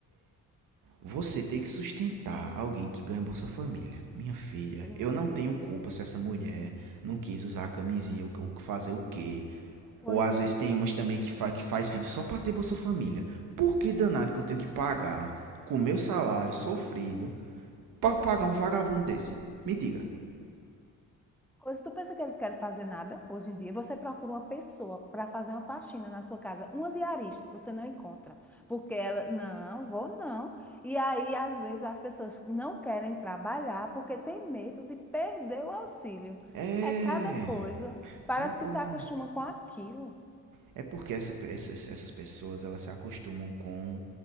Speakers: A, on the right; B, in the centre.
A: Você ter que sustentar alguém que ganha Bolsa Família. Minha filha,
B: Ave Maria.
A: eu não tenho culpa se essa mulher não quis usar a camisinha ou fazer o quê.
B: Pois
A: Ou às
B: é.
A: vezes tem umas também que, fa que faz filho só pra ter Bolsa Família. Por que danado que eu tenho que pagar com o meu salário sofrido pra pagar um vagabundo desse? Me diga.
B: Coisa, tu pensa que eles querem fazer nada hoje em dia? Você procura uma pessoa para fazer uma faxina na sua casa, uma diarista, você não encontra, porque ela, não, vou não. E aí, às vezes, as pessoas não querem trabalhar porque tem medo de perder o auxílio.
A: É.
B: É cada coisa, parece
A: É, povo.
B: que se acostuma com aquilo.
A: É porque essa, essas, essas pessoas elas se acostumam com